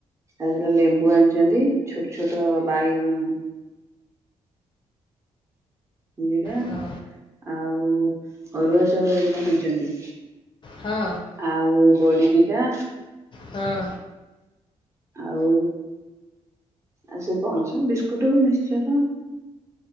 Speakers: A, on the right; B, on the left.
A: ତାଧେରେ ଲେମ୍ବୁ ଆଣିଚନ୍ତି ଛୋଟ ଛୋଟ ବାଇଗଣ ନ୍ଦିରା
B: ହଁ
A: ଆଉ ଅରୁଆ ଚାଉଳ ଦିଟା ଆଣିଚନ୍ତି।
B: ହଁ
A: ଆଉ ବଡ଼ି ଦିଟା
B: ହଁ।
A: ଆଉ ଆ ସେ ପଣସ ବିସ୍କୁଟ ମିକ୍ଚର